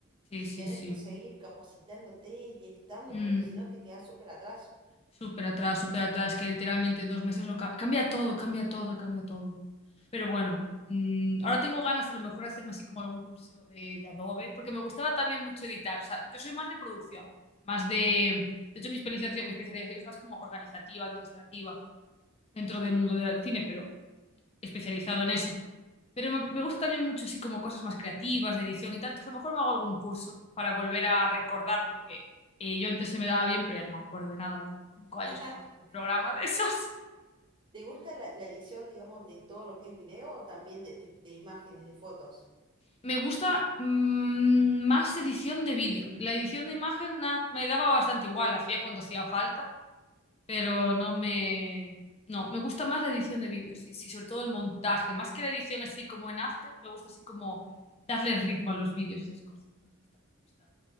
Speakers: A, on the left; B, on the right.
A: sí,
B: y
A: sí,
B: tenés
A: sí.
B: que seguir capacitándote y estando
A: Mm.
B: porque si no te quedás súper atrás.
A: Súper atrás, súper atrás, que literalmente en dos meses lo ca- cambia todo, cambia todo, cambia todo. Pero bueno, mm, ahora tengo ganas a lo mejor de hacerme así como algún curso de, de Adobe, porque me gustaba también mucho editar. O sea, yo soy más de producción, más de... De hecho, mi especialización, mi especialización es más como organizativa, administrativa, dentro del mundo del cine, pero especializado en eso. Pero me, me gusta también mucho, sí, como cosas más creativas, de edición y tal. Entonces, a lo mejor me hago algún curso para volver a recordar, porque eh, yo antes se me daba bien, pero ya no me acuerdo de nada. A lo mejor de cinco años
B: <laughs>
A: que no toco un programa de esos.
B: ¿Te gusta la, la edición, digamos, de todo lo que es video o también de, de- de imágenes, de fotos?
A: Me gusta mm, más edición de vídeo. La edición de imagen na- me daba bastante igual, la hacía cuando hacía falta, pero no me... No, me gusta más la edición de vídeo, sí, sí, sobre todo el montaje. Más que la edición así como en After, me gusta así como darle ritmo a los vídeos y esas cosas. ¿no? Me gusta, me gusta.